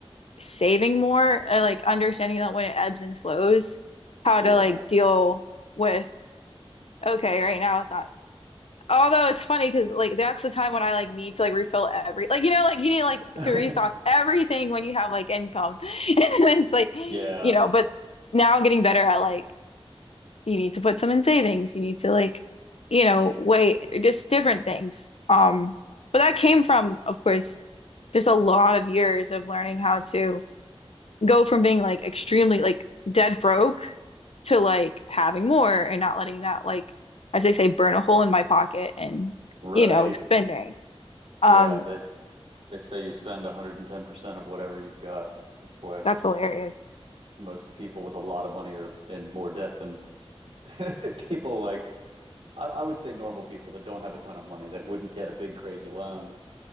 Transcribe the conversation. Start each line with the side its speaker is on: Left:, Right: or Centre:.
Left: saving more and like understanding that when it ebbs and flows, how
Right: Yeah.
Left: to like deal with, okay, right now it's not Although it's funny because like that's the time when I like need to like refill every like you know like you need like
Right: <laughs>
Left: to restock everything when you have like income <laughs> and it's like you
Right: Yeah.
Left: know but now I'm getting better at like you need to put some in savings you need to like you know wait just different things um but that came from of course just a lot of years of learning how to go from being like extremely like dead broke to like having more and not letting that like as they say burn a hole in my pocket and
Right: Right.
Left: you know spending
Right: Yeah,
Left: um
Right: they they say you spend 110% of whatever you've got. That's why
Left: that's hilarious
Right: s- most people with a lot of money are in more debt than <laughs> people like I, I would say normal people that don't have a ton of money that wouldn't get a big crazy loan